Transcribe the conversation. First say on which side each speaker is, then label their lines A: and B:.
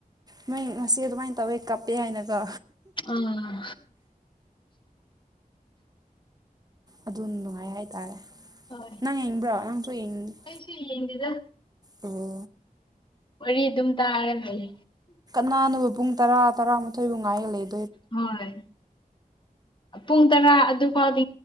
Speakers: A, on the right; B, on the left.
A: ꯅꯣꯏ ꯉꯁꯤ ꯑꯗꯨꯃꯥꯏꯅ ꯇꯧꯋꯦ ꯀꯞꯄꯦ ꯍꯥꯏꯅꯀꯣ
B: ꯑꯥ
A: ꯑꯗꯨ ꯅꯨꯡꯉꯥꯏ ꯍꯥꯏꯇꯥꯔꯦ
B: ꯍꯣꯏ
A: ꯅꯪ ꯌꯦꯡꯅꯤꯡꯕ꯭ꯔꯣ ꯅꯪꯁꯨ ꯌꯦꯡꯉ
B: ꯑꯩꯁꯨ ꯌꯦꯡꯗꯦꯗ
A: ꯑꯣ
B: ꯋꯥꯔꯤ ꯑꯗꯨꯝ ꯇꯥꯔ ꯂꯩ
A: ꯅꯥꯟꯅꯕ ꯄꯨꯡ ꯇꯔꯥ ꯇꯔꯥꯃꯥꯊꯣꯏꯕꯨ ꯉꯥꯏꯒ ꯂꯩꯦ
B: ꯍꯣꯏ ꯄꯨꯡ ꯇꯔꯥ ꯑꯗꯨꯐꯥꯎꯗꯤ